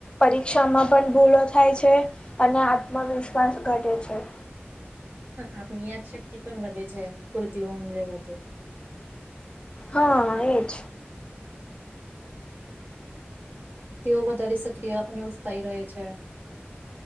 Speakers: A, on the left; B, on the right.
A: પરીક્ષામાં પણ ભૂલો થાય છે અને આત્મવિશ્વાસ ઘટે છે
B: આપની યાદ શક્તિ પણ વધે છે પૂરતી ઊંઘ લેવાથી
A: હા એજ
B: તેઓ વધારે સક્રિય અને ઉત્સાહી રહે છે